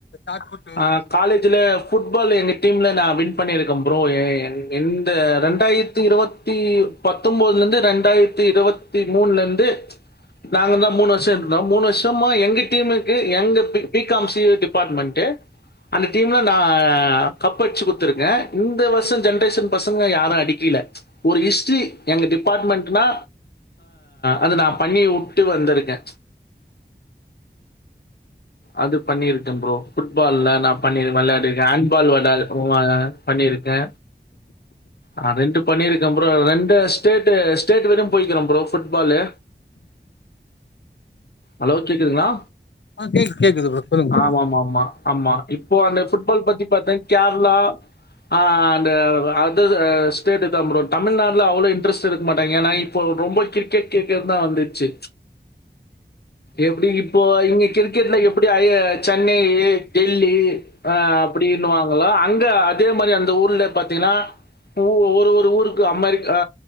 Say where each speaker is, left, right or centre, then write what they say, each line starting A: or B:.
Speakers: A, on the left; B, on the left.
A: ஷாட் புட்டு
B: ஆ காலேஜுல ஃபுட்பால் எங்க டீம்ல நா வின் பண்ணிருக்க ப்ரோ ஏ எ எந்த ரெண்டாயிரத்தி இருவத்தி பத்தொம்போதுல இருந்து ரெண்டாயிரத்தி இருவத்தி மூண்ல இருந்து நாங்கதா மூணு வருஷ இருந்தோ மூணு வருஷமா எங்க டீமுக்கு எங்க B B com senior department அந்த டீம்ல நா கப் அடிச்சு குடுத்திருக்கே இந்த வருஷ ஜென்ரேஷன் பசங்க யாரு அடிக்கில ஒரு ஹிஸ்ட்ரி எங்க டிபார்ட்மெண்ட்னா அது நா பண்ணி வுட்டு வந்திருக்கே அது பண்ணிருக்கே ப்ரோ ஃபுட்பால்ல நா பண்ணி வெளாடிருக்கே ஹேண்ட்பால் வெள ஆ பண்ணிருக்கே ஆ ரெண்டு பண்ணிருக்கே ப்ரோ ரெண்டு ஸ்டேட் ஸ்டேட் வரையு போய்க்கிறோ ப்ரோ ஃபுட்பாலு ஹலோ கேக்குதுங்ளா
A: ஆ கேக்கு கேக்குது ப்ரோ சொல்லுங்க சொல்லுங்க
B: ஆமாமாமா ஆமா இப்போ அந்த ஃபுட்பால் பத்தி பாத்தா கேரளா அ அந்த அதர் ஸ்டேட்டுதா ப்ரோ தமிழ்நாடுல அவ்ளோ இன்ட்ரஸ்ட் எடுக்க மாட்டாங்க ஏனா இப்ப ரொம்ப கிரிக்கெட் கிரிக்கெட் தா வந்துச்சி எப்டி இப்போ இங்கெ கிரிக்கெட்ல எப்டி ஐய சென்னையி டெல்லீ ஆ அப்டின்னுவாங்கல்ல அங்க அதே மாரி அந்த ஊர்ல பாத்தீங்கன்னா ஓ ஒவ்வொரு ஒரு ஊருக்கு அமெரிக் ஆ